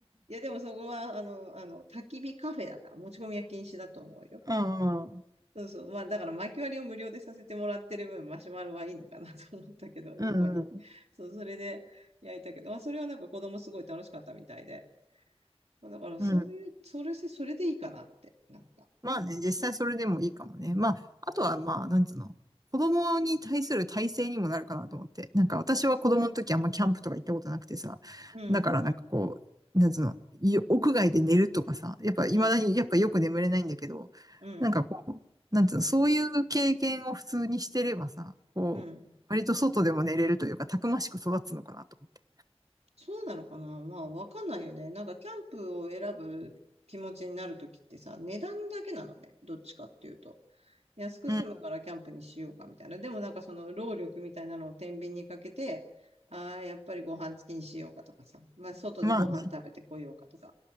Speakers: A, on the right; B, on the right.
A: いや、でもそこは、あの、あの、焚き火カフェだから、持ち込みは禁止だと思うよ。
B: うん、うん、
A: そうそう。まあ、だから、薪割りを無料でさせてもらってる分、マシュマロはいいのかな <laughs> と思ったけど、<laughs> 2個に。
B: うん、
A: そう、それで焼いたけど、まあ、それはなんか子供すごい楽しかったみたいで。まあだから、
B: うん。
A: そういう、それ、それでいいかなって、なんか。
B: まあね、実際それでもいいかもね。まあ、あとはまあ、なんつうの、子供に対する体制にもなるかなと思って。なんか私は子供の時あんまキャンプとか行ったことなくてさ、
A: うん、
B: だからなんかこう、なんつうの、よ屋外で寝るとかさ、やっぱ未だにやっぱよく眠れないんだけど、
A: うん、うん、
B: なんかこう、なんつうの、そういう経験を普通にしてればさ、こう、
A: うん。
B: 割と外でも寝れるというか、たくましく育つのかなと思って。
A: そうなのかなまあ、わかんないよね。なんか、キャンプを選ぶ気持ちになるときってさ、値段だけなのね。どっちかっていうと。安く済むからキャンプにしようかみたいな。
B: うん。
A: でもなんかその労力みたいなのを天秤にかけて、ああ、やっぱりご飯付きにしようかとかさ。まあ、外でご飯食べてこようかとか。
B: まあね。